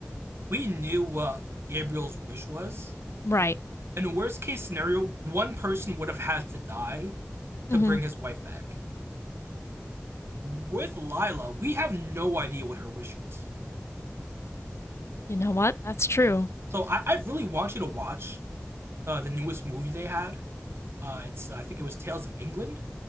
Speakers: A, on the right; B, on the left.
A: we knew what Gabriel's wish was.
B: Right.
A: In worst case scenario, one person would have had to die to
B: Mm hmm.
A: bring his wife back. with Lila, we have no idea what her wish is.
B: You know what? That's true.
A: So I, I really want you to watch uh, the newest movie they had. Uh, it's I think it was Tales of England,